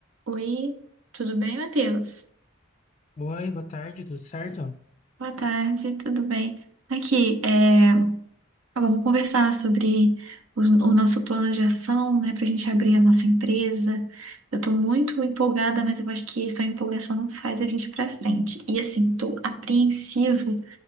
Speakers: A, on the right (about 85°); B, on the left (about 30°).
A: Oi, tudo bem, Matheus?
B: Oi, boa tarde, tudo certo?
A: Boa tarde, tudo bem? Aqui, é, agora vamos conversar sobre o, o nosso plano de ação, né, para a gente abrir a nossa empresa. Eu estou muito empolgada, mas eu acho que só a empolgação não faz a gente ir para frente. E assim, estou apreensiva